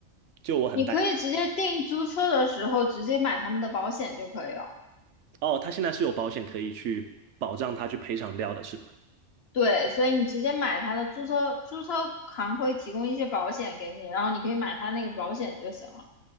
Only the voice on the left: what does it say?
你可以直接订租车的时候直接买他们的保险就可以了。
对，所以你直接买它的租车，租车行会提供一些保险给你，然后你可以买它那个保险就行了。